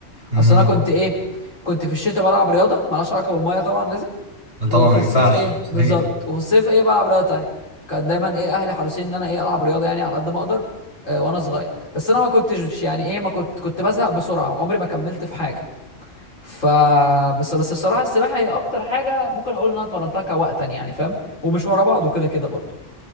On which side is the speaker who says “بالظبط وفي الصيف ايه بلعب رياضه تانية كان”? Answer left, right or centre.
Left